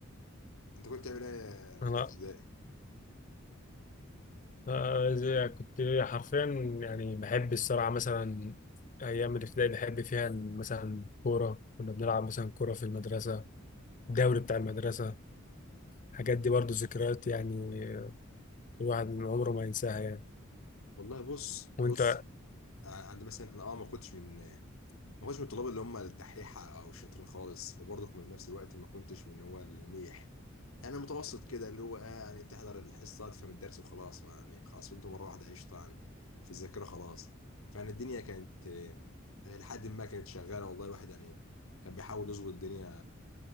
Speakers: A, on the left; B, on the left.
A: انت كنت بتعمل ايه وانت
B: انا
A: في ابتدائي
B: آه، زي- كنت حرفيا يعني بحب الصراحة مثلا ايام الابتدائي بحب فيها مثلا كورة كنا بنلعب مثلا كورة في المدرسة الدوري بتاع المدرسة الحاجات دي برضو ذكريات يعني آه، الواحد من عمره ما ينساها يعني
A: والله بص
B: وانت
A: بص انا عند مثلا انا اه ما كنتش من ما كنتش من الطلاب اللي هم الدحيحه او الشاطرين خالص وبرضك من نفس الوقت ما كنتش من اللي هو الميح يعني متوسط كده اللي هو آه يعني بتحضر الحصه تفهم الدرس وخلاص ما يعني خلاص فهمته مره واحده قشطه يعني في الذاكره خلاص فيعني الدنيا كانت آه، لحد ما كانت شغاله والله الواحد يعني كان بيحاول يظبط الدنيا